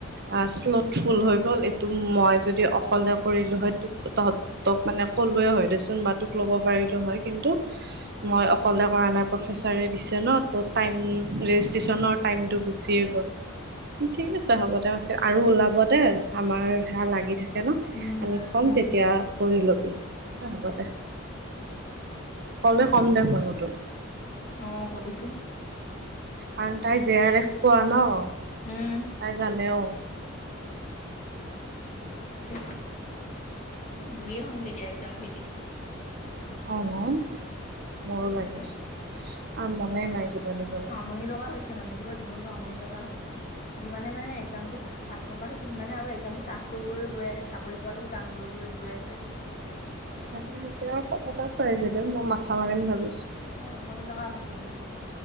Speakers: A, on the right; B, on the left.
A: আ স্বলউত ফুল হৈ গ'ল এইটো মই যদি অকলে কৰিলো হয়, তোক তহঁত তক মানে ক'লোৱে হয়। দেচোন বাতোক ল'ব পাৰিলো হয়, কিন্তু মই অকলে কৰা নাই প্ৰফেচাৰে দিছে ন ত টাইম ৰেজিষ্ট্ৰচনৰ টাইমটো গুচিয়ে গ'ল, উম ঠিক আছে হ'ব। তাৰ কৈছে আৰু ওলাব দে আমাৰ সেয়া লাগি থাকে ন
B: উম উম
A: আমি ক'ম
B: উম
A: তেতিয়া কৰি ল'বি আচ্ছা হ'বা দে ক'লে ক'ম দে মইও তোক।
B: অ কবিচোন।
A: কাৰণ তাই জে আৰ এফ পোৱা ন তাই
B: উম
A: জানেও।
B: তাকেহে এ বুঢ়িয়ে হ'মগে এতিয়া এক্সাম দি দি।
A: অহ ন মোৰো
B: সঁচা
A: লাগিছে আৰু মনে নাই কিবা দিবলে।
B: মনি লগা হৈছ- মানে কিবা জীৱনতটো আমনি লগা হৈছে। যিমানে মানে এক্সামটো পাছ নকৰা হৈছে সিমানে আৰু এক্সামবোৰ টাফ কৰি গৈ আছে চাকৰি পোৱাটো টান কৰি কৰি গৈ আছে।
A: তাকেহে এতিয়া ক'বাত প্ৰাইভেটে মই মাথা মাৰিম ভাবিছোঁ।
B: এ আমনি লগা হৈছে মোৰ।